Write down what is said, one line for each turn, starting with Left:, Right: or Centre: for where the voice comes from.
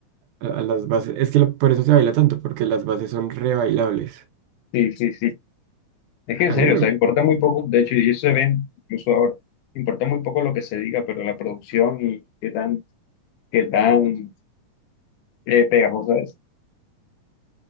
Right: a, a las bases. Es que lo- por eso se baila tanto, porque las bases son re bailables.
Left: Sí, sí, sí. Es que en serio,
Right: A mí, me-
Left: o sea, importa muy poco, de hecho, y eso se ven incluso ahora, importa muy poco lo que se diga, pero la producción y qué tan, qué tan eh, pegajosa es.